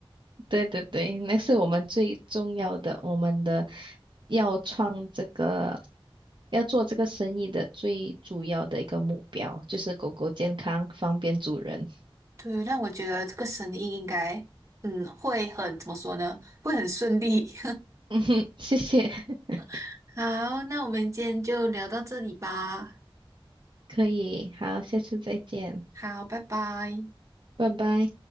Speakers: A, on the right; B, on the right.
A: 对对对，那是我们最重要的，我们的要创这个。要做这个生意的最主要的一个目标就是狗狗健康，方便主人。<laughs>
B: 对，那我觉得这个生意应该，嗯，会很怎么说呢？会很顺利。
A: 嗯哼，谢谢，<laughs>
B: <laughs> 好，那我们今天就聊到这里吧。
A: 可以，好，下次再见，
B: 好，拜拜。
A: 拜拜。